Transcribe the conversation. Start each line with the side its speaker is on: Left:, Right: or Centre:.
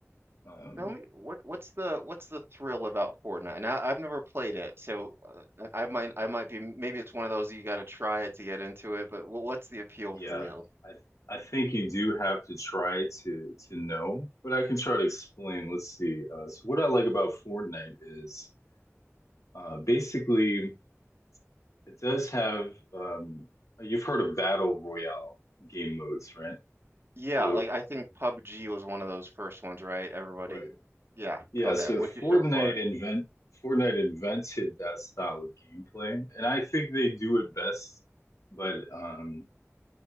Left: Um,
Right: Tell me what what's the what's the thrill about Fortnite? And I, I've never played it, so uh, I I might I might be maybe it's one of those you got to try it to get into it. But wh- what's the appeal
Left: Yeah,
Right: for you?
Left: I I think you do have to try to to know, but I can try to explain. Let's see. Uh, so what I like about Fortnite is uh, basically it does have um, you've heard of battle royale game modes, right?
Right: Yeah,
Left: So
Right: like I think PUBG was one of those first ones, right? Everybody,
Left: right,
Right: yeah,
Left: yeah.
Right: okay,
Left: So
Right: with
Left: Fortnite
Right: you so far.
Left: invent Fortnite invented that style of gameplay, and I think they do it best. But um,